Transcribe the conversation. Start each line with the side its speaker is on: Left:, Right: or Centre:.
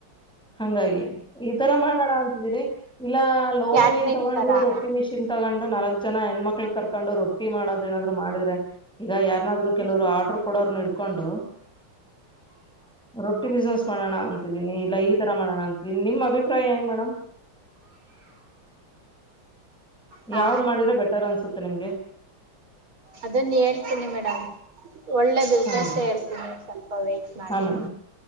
Centre: ಹಂಗಾಗಿ ಈ ತರ ಮಾಡೋಣ ಅಂತಿದೀರಿ ಇಲ್ಲ ಲವಂಗಿನ್
Right: ಕ್ಯಾಟ್ರಿಂಗ್
Centre: ತೊಗೊಂಡು
Right: ತರ
Centre: ರೊಟ್ಟಿ ಮಿಷಿನ್ ತಗೊಂಡು ನಾಕ್ ಚನ ಹೆಣ್ಮಕ್ಳಿಗೆ ಕರ್ಕೊಂಡು ರೊಟ್ಟಿ ಮಾಡೋದ್ ನಾದ್ರು ಮಾಡ್ರೆ ಈಗ ಯಾರನಾದ್ರು ಕೆಲವರು
Right: ಹ್ಮ್
Centre: ಆರ್ಡರ್ ಕೊಡೋರು ಇಡ್ ಕೊಂಡು ರೊಟ್ಟಿ ಬಿಸ್ನೆಸ್ ಮಾಡೋಣ ಅಂತಿದೀನಿ ಇಲ್ಲ ಈ ತರ ಮಾಡೋಣ ಅಂತಿದೀನಿ ನಿಮ್ ಅಭಿಪ್ರಾಯ ಏನ್ ಮೇಡಮ್ ಹೌದು <inaudible>
Right: ಹಾ
Centre: ಯಾವ್ದ್ ಮಾಡಿದ್ರೆ ಬೆಟರ್ ಅನ್ಸುತ್ತೆ ನಿಮ್ಗೆ
Right: ಅದನ್ನ ಹೇಳ್ತೀನಿ ಮೇಡಮ್ ಒಳ್ಳೆ ಬಿಸ್ನೆಸ್
Centre: ಹಾ ಮೇಡಮ್
Right: ಇರ್ತೀನಿ ಸ್ವಲ್ಪ ವೇಟ ಮಾಡಿ
Centre: ಹಾ ಮೇಡಮ್